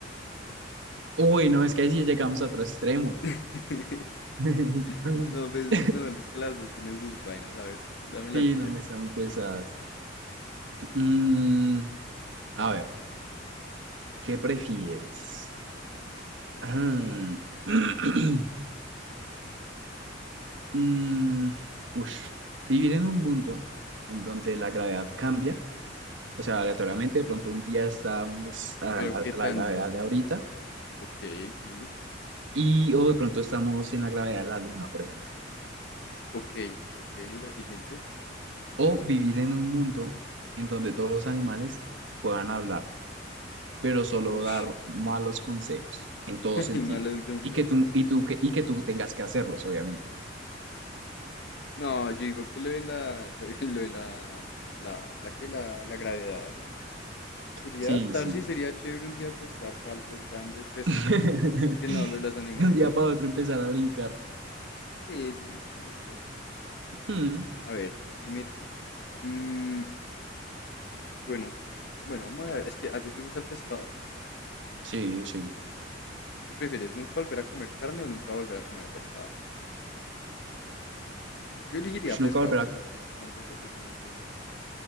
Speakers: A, on the right; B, on the left.
A: Uy, no, es que ahí sí llegamos a otro extremo.
B: <laughs>
A: <laughs>
B: No, pues, no, es que las dos tienen sus vainas. A ver, dame la
A: Sí,
B: tuya.
A: no, están muy pesadas. Mm, a ver, ¿qué prefieres? Ah, <clears throat> mm, ush, vivir en un mundo en donde la gravedad cambia, o sea, aleatoriamente, de pronto un día estamos a
B: Pero
A: la,
B: ¿qué
A: a
B: tanto?
A: la gravedad de ahorita
B: Ok, sí.
A: y o de pronto estamos en la gravedad de la luna, por ejemplo.
B: Ok, ok, la siguiente.
A: O vivir en un mundo en donde todos los animales puedan hablar. pero solo
B: Ush.
A: dar malos consejos en todo
B: <laughs>
A: sentido.
B: ¿Y malos consejos?
A: Y que tú, y tú, que, y que tú tengas que hacerlos, obviamente.
B: No, yo digo que lo de la, lo de, lo de la, la, la que la, la gravedad. Sería
A: Sí,
B: adaptarse
A: sí.
B: y sería chévere un día, pues, dar saltos grandes. Pues,
A: <laughs>
B: es que no, lo de los animales
A: De un día
B: siento
A: para
B: que...
A: otro empezar
B: Sí,
A: a brincar.
B: sí, sí, no, yo digo que esa.
A: Mm,
B: A ver, dime tú. Mm, bueno, bueno, vamos a ver. Es que a ti te gusta el pescado.
A: sí, sí.
B: ¿Qué prefieres? ¿Nunca volver a comer carne o nunca volver a comer pescado? Yo elegiría
A: Ush,
B: pescado,
A: Nunca volverá.
B: pues porque yo tampoco soy fan del pescado.